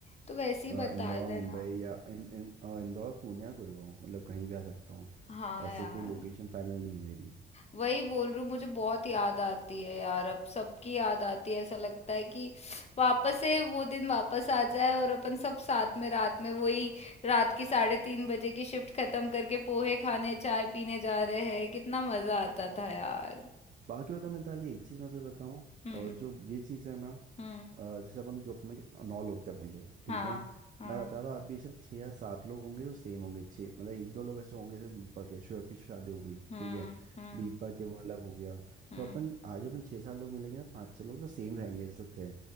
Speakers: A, on the left (about 30°); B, on the right (about 40°).
A: तो वैसे ही
B: अ,
A: बता
B: इंदौर
A: देना
B: मुंबई या इन, इन, अ, इंदौर पुणे या गुड़गांव मतलब कहीं भी आ सकता हूँ
A: हाँ
B: ऐसे
A: यार
B: कोई लोकेशन फाइनल नहीं है मेरी
A: वही बोल रही हूँ मुझे बहुत याद आती है यार अब सबकी याद आती है ऐसा लगता है कि वापस से वो दिन वापस आ जाए और अपन सब साथ में रात में वही रात की साढ़े तीन बजे की शिफ्ट खत्म करके पोहे खाने चाय पीने जा रहे हैं कितना मजा आता था यार
B: बाकी बता मिताली एक चीज मैं तुझे बताऊं
A: हम्म
B: और जो ये चीज है ना
A: हम्म
B: अ, जैसे अपन ग्रुप में नौ लोग थे अपन लोग ठीक
A: हाँ
B: है
A: हाँ
B: मैं बता रहा हूँ आप भी सिर्फ छः या सात लोग होंगे जो सेम होंगे छः मतलब एक दो लोग ऐसे होंगे जैसे दीपक है शोएब की शादी हो गई
A: हम्म
B: ठीक है
A: हम्म
B: दीपक है वो अलग हो गया
A: हम्म
B: तो अपन आज अपन छः सात लोग मिलेंगे ना पाँच छः लोग तो सेम रहेंगे जैसे थे